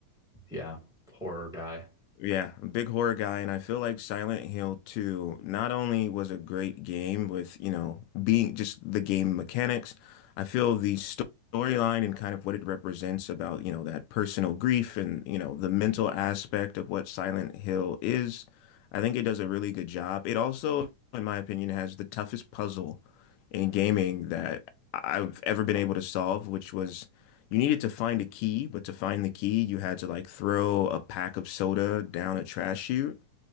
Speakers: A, in the centre; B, on the left.
A: Yeah. Horror guy.
B: Yeah, I'm a big horror guy, and I feel like Silent Hill 2 not only was a great game with, you know, being just the game mechanics, I feel the sto- storyline and kind of what it represents about, you know, that personal grief and, you know, the mental aspect of what Silent Hill is. I think it does a really good job. It also, in my opinion, has the toughest puzzle in gaming that I've ever been able to solve, which was you needed to find a key, but to find the key, you had to like throw a pack of soda down a trash chute.